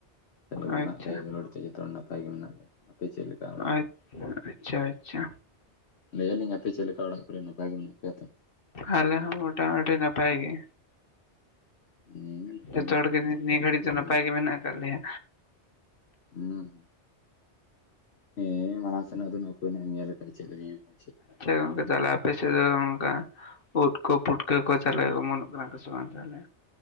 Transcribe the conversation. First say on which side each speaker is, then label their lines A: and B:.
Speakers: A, on the left; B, on the left.
A: ᱪᱟᱸᱫᱚ ᱵᱚᱸᱜᱟᱣᱟᱜ
B: ᱟᱪᱪᱷᱟ
A: ᱫᱟᱭᱟ ᱫᱩᱞᱟᱹᱲ ᱛᱮ ᱡᱚᱛᱚ ᱦᱚᱲ ᱱᱟᱯᱟᱭ ᱜᱮ ᱢᱮᱱᱟᱜ ᱞᱮᱭᱟ, ᱟᱯᱮ ᱪᱮᱫ ᱞᱮᱠᱟ? ᱚᱲᱟᱜ
B: ᱟᱪ
A: ᱠᱚᱨᱮ?
B: ᱟᱪᱪᱷᱟ ᱟᱪᱪᱷᱟ᱾
A: ᱞᱟᱹᱭ ᱫᱟᱞᱤᱧ ᱟᱯᱮ ᱪᱮᱫ ᱞᱮᱠᱟ ᱚᱲᱟᱜ ᱠᱚᱨᱮ, ᱱᱟᱯᱟᱭ ᱜᱮ ᱢᱮᱱᱟᱜ ᱯᱮᱭᱟ ᱛᱚ?
B: ᱟᱞᱮ ᱦᱚᱸ ᱢᱚᱴᱟᱢᱩᱴᱤ ᱱᱟᱯᱟᱭ ᱜᱮ᱾
A: <unintelligible>
B: ᱡᱚᱛᱚ ᱦᱚᱲᱜᱮ
A: ᱛᱟᱦᱮᱸ ᱫᱚᱨᱠᱟᱨ
B: ᱱᱤᱭᱟᱹ ᱜᱷᱟᱹᱲᱤᱡ
A: ᱡᱚᱛᱚ
B: ᱫᱚ ᱱᱟᱯᱟᱭ
A: ᱦᱚᱲ
B: ᱜᱮ ᱢᱮᱱᱟᱜ ᱟᱠᱟᱜ ᱞᱮᱭᱟ᱾
A: ᱦᱩᱸ᱾ ᱦᱮᱸ ᱢᱟᱲᱟᱝ ᱥᱮᱱᱟᱜ ᱟᱫᱚ ᱱᱚᱠᱩᱱᱟᱮ ᱧᱮᱞ ᱟᱠᱟᱫᱟ ᱪᱮᱫ ᱦᱩᱭᱩᱜᱼᱟ᱾
B: ᱜᱮ ᱚᱸᱰᱮ ᱪᱟᱞᱟᱜ ᱟᱯᱮ ᱥᱮᱫ ᱫᱚ ᱱᱚᱝᱠᱟ, ᱩᱫ ᱠᱚ ᱯᱩᱴᱠᱟᱹ ᱠᱚ ᱛᱟᱞᱮ ᱚᱢᱚᱱᱚᱜ ᱠᱟᱱᱟ ᱠᱚ ᱥᱮ ᱵᱟᱝ ᱛᱟᱦᱚᱞᱮ?